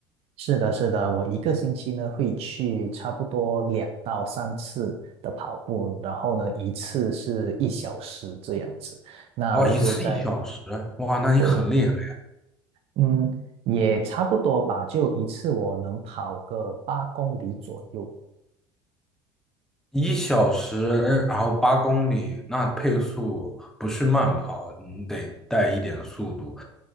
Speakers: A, on the right; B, in the centre.
A: 是的，是的，我一个星期呢会去差不多两到三次的跑步，然后呢一次是一小时这样子。那我就在，
B: 哇，一次一小时，哇，那你很厉害。
A: 对，嗯，也差不多吧，就一次我能跑个八公里左右。
B: 一小时，然后八公里，那配速不是慢跑，你得带一点速度。